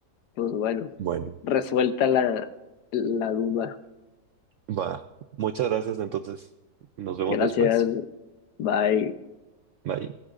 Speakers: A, on the left; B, on the right.
A: pues bueno,
B: Bueno,
A: resuelta la, la duda.
B: va. Muchas gracias entonces. Nos vemos
A: Gracias,
B: después.
A: bye.
B: Bye.